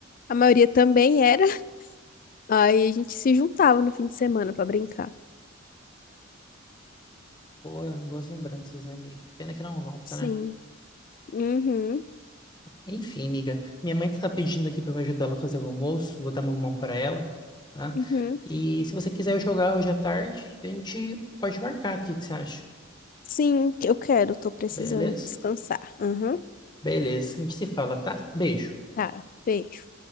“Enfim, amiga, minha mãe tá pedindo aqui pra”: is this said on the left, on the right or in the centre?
Left